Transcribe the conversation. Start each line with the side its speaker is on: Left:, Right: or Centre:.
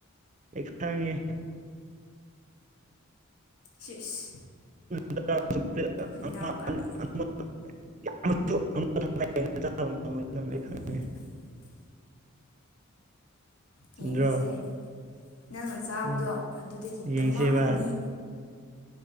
Right: ꯑꯩ ꯈꯪꯉꯦ
Left: ꯁꯤꯁ
Right: <unintelligible>
Left: ꯍꯨꯏꯅꯥꯎꯒ ꯑꯩꯅ
Right: <unintelligible>
Left: <inaudible>
Right: ꯈꯪꯉꯦ
Left: ꯌꯦꯡꯅꯁꯦ
Right: ꯆꯨꯝꯗ꯭ꯔꯣ
Left: ꯅꯪꯅ ꯆꯥꯕꯗꯣ
Right: ꯑ
Left: ꯑꯗꯨꯗꯒꯤ
Right: ꯌꯦꯡꯁꯦꯕ
Left: ꯇꯃꯥ ꯑꯅꯤ